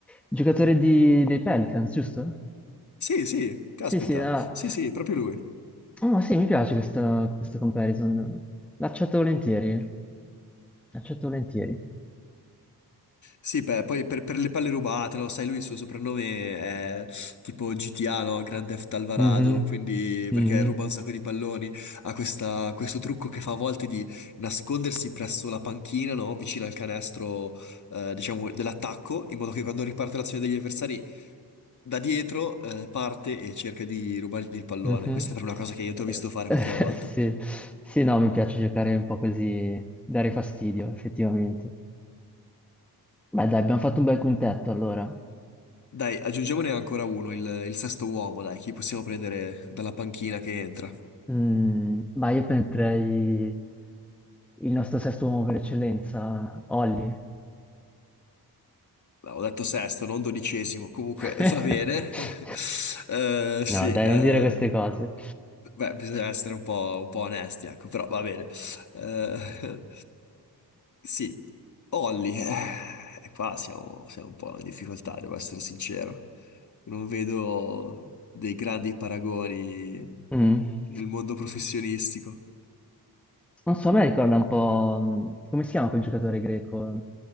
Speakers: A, in the centre; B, on the left.
A: giocatore di- dei Pelicans, giusto?
B: Sì, sì, caspita.
A: Sì, sì, ah.
B: Sì, sì, proprio lui.
A: Oh, sì, mi piace questo, questo comparison. L'accetto volentieri. L'accetto volentieri.
B: Sì, beh, poi per, per le palle rubate, lo sai, lui il suo soprannome è tipo GTA, no? Grand Theft Alvarado,
A: Mhm.
B: quindi
A: Mhm.
B: perché ruba un sacco di palloni, ha questa- questo trucco che fa a volte di nascondersi presso la panchina, no? Vicino al canestro, eh, diciamo, dell'attacco, in modo che quando riparte l'azione degli avversari, da dietro, eh, parte e cerca di rubargli il pallone.
A: Mhm.
B: Questa è una cosa che io
A: Eh,
B: ti ho visto fare qualche volta.
A: <laughs> sì. Sì, no, mi piace giocare un po' così, dare fastidio, effettivamente. Beh, dai, abbiamo fatto un bel quintetto allora.
B: Dai, aggiungiamone ancora uno, il, il sesto uomo, dai, chi possiamo prendere dalla panchina che entra?
A: Mm, ma io metterei il nostro sesto uomo per eccellenza, Olli.
B: No, ho detto sesto, non dodicesimo, comunque
A: <laughs>
B: <laughs> va bene. <laughs> Eh, sì,
A: No, dai,
B: eh,
A: non dire queste cose.
B: beh, bisogna essere un po', un po' onesti, ecco, però va bene. Eh, <laughs> sì, Olli, eh, e qua siamo, siamo un po' in difficoltà, devo essere sincero. Non vedo dei grandi paragoni
A: Mm.
B: nel mondo professionistico.
A: Non so, a me ricorda un po'... mm, Come si chiama quel giocatore greco?